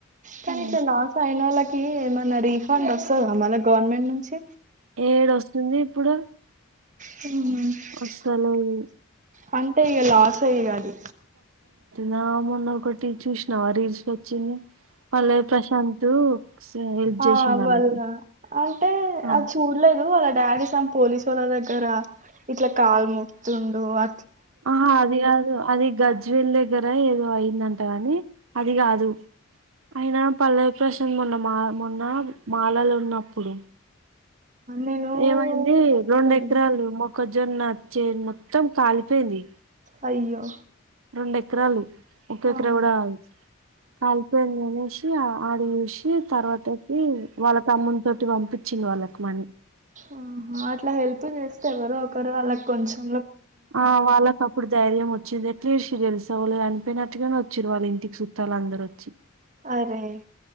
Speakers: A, on the right; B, on the right.
A: కానిట్ల
B: ఉ
A: లాస్ అయినోల్లక్ కి ఏమైనా రీఫండ్ వస్తదా మల్ల గవర్నమెంట్ నుంచి
B: ఏడోస్తుంది ఇప్పుడు
A: <unintelligible>
B: వస్తలేవు
A: తేయ్ గా అది
B: నా మొన్న ఒకటి చూసినావా రీల్స్ వచ్చింది పల్లవి ప్రశాంత్ హెల్ప్
A: ఆ
B: చేసిండు
A: <unintelligible>
B: వాళ్ళకి
A: అంటే
B: ఆ.
A: అది చూడలేదు డాడీ సమ్ పోలీసోళ్ళ దగ్గర ఇట్లా కాలు మొక్తుండు అ
B: ఆహా అది గిదు అది గజ్ జ్వేల్ దగ్గర ఏదో అయిందంట గాని అది కాదు అయినా పల్లవ్ ప్రశాంత మొన్న మా మొన్న మాలలున్నప్పుడు
A: నేను
B: ఏమైంది
A: ఎత్తలేను
B: రెండు ఎకరాలు మొక్కజొన్న చ్చేన్ మొత్తం కాలి పొయింది
A: అయ్యో
B: రెండెకరాలు ఒక్కెకరా
A: ఆహా
B: కూడా కాదు కలిపోయిందనేషి ఆడ చూసి తర్వా చెప్పి వాళ్ళ తమ్మున్ తోటి పంపిచ్ంచిది వాళ్ళకి మనీ
A: ఆహా అట్లా హెల్ప్ చేస్తే ఎవరో ఒకరు వాళ్ళక్కొంచెం
B: ఆ వాళ్ళకప్పుడు ధైర్యమొ చ్చింది ఎట్లా ఏడ్చిర్రు తెలుసా వాల్లు చనిపోయినట్టుగానే వచ్చిర్రు వాళ్ళింటికి చుట్టాలందరు వచ్చి
A: అరే